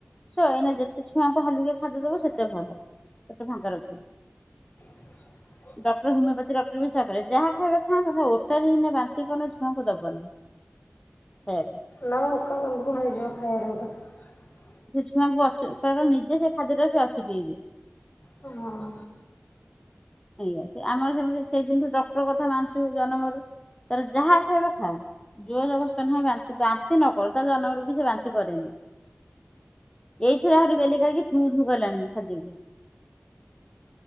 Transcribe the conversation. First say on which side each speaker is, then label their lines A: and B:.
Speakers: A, on the left; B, on the left.
A: ସ ଏଇନା ଯେତେ ଛୁଆଙ୍କୁ ହାଲୁକିଆ ଖାଦ୍ୟ ଦବୁ ସେତେ ଭଲ। ପେଟ ଫାଙ୍କା ରଖିବୁ।
B: ସ <inaudible>
A: ଡକ୍ଟର ହୋମିଓପାଥି ଡକ୍ଟର ବିିା ସେଇଆ କହିଲେ ଯାହା ଖାଇବେ ଖାଆନ୍ତୁ ଓଟାରି ହେନେ ବାନ୍ତି କଲେ ଛୁଆଙ୍କୁ ଦବନି। ଫେର,
B: ନା ମ ଓକାଳ ଘୃଣା ଯିବ ଖାଇବାରେ ଗୋଟେ।
A: ସେ ଛୁଆଙ୍କୁ ଅସୁ କାରଣ ସେ ନିଜେ ସେ ଖାଦ୍ୟଟାକୁ ସେ ଅସୁକେଇବେ।
B: ହଁ।
A: ଏଇଆା ସେ ଆମର ସେମିତି ସେଇଦିନଠୁ ଡକ୍ଟର କଥା ମାନୁଛୁ ଜନ୍ମରୁ। ତାର ଯାହା ଖାଇବ ଖାଉ ଯୋରଜବର୍ଦସ୍ତ ନୁହଁ ବାନ୍ତି ବାନ୍ତି ନକରୁ ତା ଜନମରୁ ବି ସେ ବାନ୍ତି କରେନି। ଏଇଥରେ ଆହୁରି ବେଲି କାଢିକି ଥୁ ଥୁ କଲାଣି ଖାଦ୍ୟକୁ।